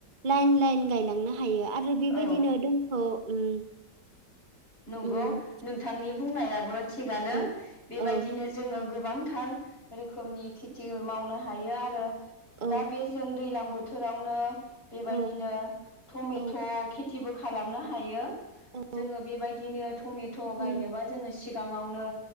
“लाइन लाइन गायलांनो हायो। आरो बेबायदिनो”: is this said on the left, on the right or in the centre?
Right